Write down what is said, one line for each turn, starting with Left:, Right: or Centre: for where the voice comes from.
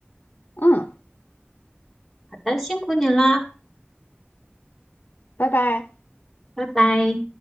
Left: 嗯。
Centre: 好的，辛苦你啦。
Left: 拜拜。
Centre: 拜拜。